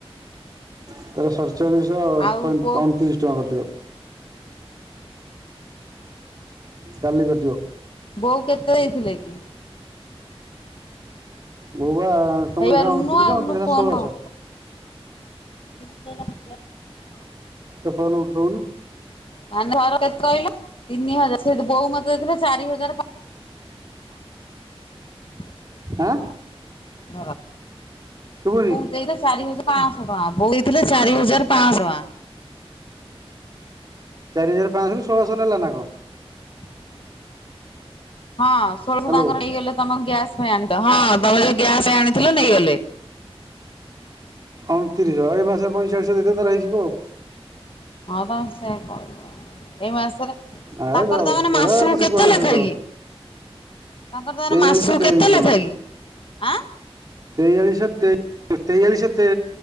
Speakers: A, on the right (about 40°); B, on the left (about 60°).
A: ତାର ସତଚାଳିଶଶହ ଅଣତିରିଶ
B: ଆଉ
A: ଟଙ୍କା
B: ବୋଉ
A: କଟିବ। କାଲି କଟିବ।
B: ବୋଉ କେତେ ଦେଇଥିଲେ କି?
A: ବୋଉବା ତମକୁ
B: ଏଇ ବା
A: ଦେଇଥିଲା
B: ରୁନୁ
A: ଅଣତିରିଶ
B: ଆଉ
A: ମୋତେ
B: ରୁନୁ
A: ଦେଇଥିଲା
B: ଫୋନ।
A: ଷୋଳଶହ
B: <unintelligible>
A: ତୋ ଫୋନ ଉଠଉନି।
B: କାହ୍ନୁଆ ଘର କେତେ କହିଲ ତିନି ହଜାର। ସେ ବୋଉ ମତେ ଦେଇଥିଲେ ଚାରି ହଜାର ପା <unintelligible>
A: ଆଁ ଶୁଭୁନି
B: ଦେଇଥିଲେ ଚାରି ହଜାର ପାଶହ ଟଙ୍କା। ବୋଉ ଦେଇଥିଲେ ଚାରି ହଜାର ପାଶହ ଟଙ୍କା।
A: ଚାରି ହଜାର ପାଆଁଶରୁ ଷୋଳଶହ ନେଲା ନା କଣ?
B: <unintelligible> ହଁ ଷୋଳଶହ
A: ହ୍ୟାଲୋ
B: ତାଙ୍କର ନେଇଗଲେ ତମ କଣ ଗ୍ୟାସ ପାଇଁ ଆଣିଥିଲ। ହଁ ତମେ ଯୋଉ ଗ୍ୟାସ ଆଣିଥିଲ ନେଇଗଲେ।
A: ଅଣତିରିଶହ ଏ ମାସରେ ପଇଁଚାଳିଶହ ଦେଇ ଦେଲେ ତାର ହେଇଯିବ ଆଉ।
B: ହଁ ପା ସେ <unintelligible> ଏଇ ମାସରେ
A: ଆରେ
B: ତାଙ୍କର
A: ଦଉ
B: ତା ମାନେ ମାସକୁ
A: ହେ କିଛି
B: କେତେ
A: କୁହନା
B: ଲେଖାଏ
A: ସେ ଦଉ
B: କି? ତାଙ୍କର ତା ମାନେ
A: ତେୟାଳିଶଶହ
B: ମାସକୁ
A: ତେୟାଳିଶ
B: କେତେ ଲେଖା କି? ଆଁ
A: ତେୟାଳିଶହ ତେ ତେୟାଳିଶହ ତେ